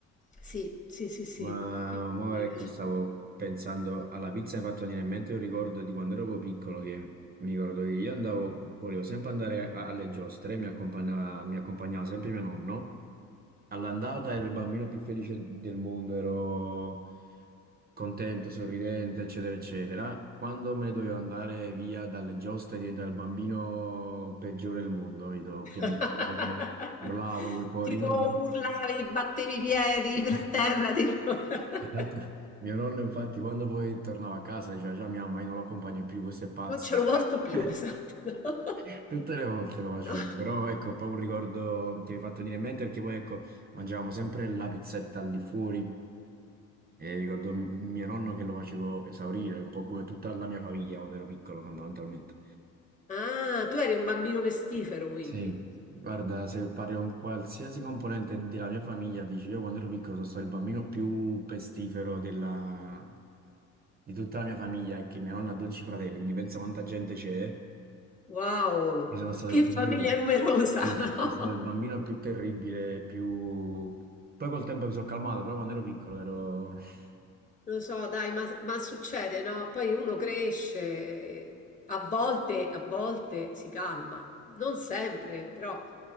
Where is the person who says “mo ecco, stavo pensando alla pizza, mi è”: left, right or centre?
Right